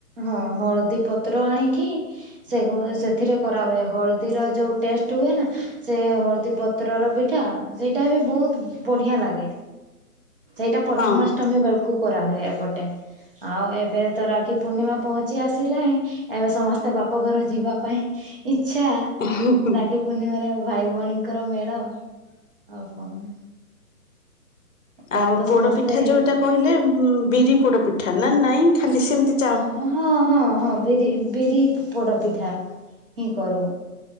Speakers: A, on the right; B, on the left.
A: ହଁ ହଳଦୀ ପତ୍ର ଆଣିକି ସେ ସେଥିରେ କରାହୁଏ ହଳଦୀର ଯେଉଁ ଟେଷ୍ଟେ ହୁଏନା ସେ ହଳଦୀ ପତ୍ରର ପିଠା ସେଇଟାବି ବହୁତ୍ ବଢ଼ିଆ ଲାଗେ ସେଇଟା ପ୍ରଥମାଷ୍ଟମୀ
B: ହଁ।
A: ବେଳକୁ କରାହୁଏ। ପଟେ ଆଉ ଏବେ ତ ରାକ୍ଷୀ ପୂର୍ଣ୍ଣିମା ପହଞ୍ଚି ଆସିଲାଣି। ଏବେ ସମସ୍ତେ ବାପଘର ଯିବା ପାଇଁ ଇଚ୍ଛା।
B: ହୁଁ ହୁଁ।
A: ରାକ୍ଷୀ ପୂର୍ଣ୍ଣିମାରେ ଭାଇ ଭଉଣୀଙ୍କର ମେଳ ଆଉ କଣ! ଏବେ
B: ଆଉ
A: ତ
B: ପୋଡ
A: ସମସ୍ତେ
B: ପିଠା ଯୋଉଟା କହିଲେ ହୁଁ ବିରି ପୋଡ ପିଠା ନା ନାଇଁ ଖାଲି ସେମତି?
A: ହଁ ହଁ ହଁ ହଁ ବିରି ବିରି ପୋଡ ପିଠା। ହିଁ କରୁ